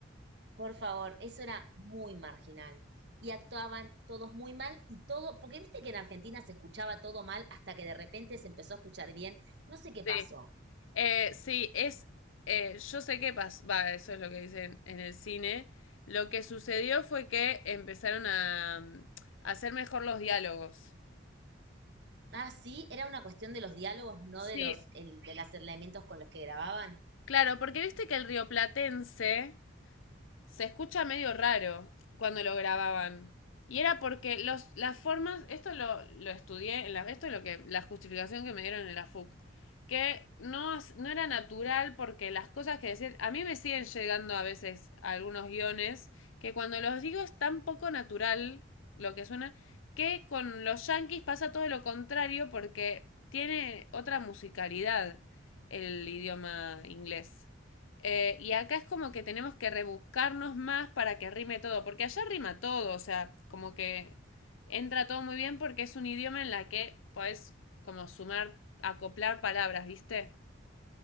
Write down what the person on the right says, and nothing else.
Por favor, eso era muy marginal. Y actuaban todos muy mal y todo, porque viste que en Argentina se escuchaba todo mal hasta que de repente se empezó a escuchar bien. No sé qué pasó.
Ah, sí, era una cuestión de los diálogos, no
de los, el- de los elementos con los que grababan.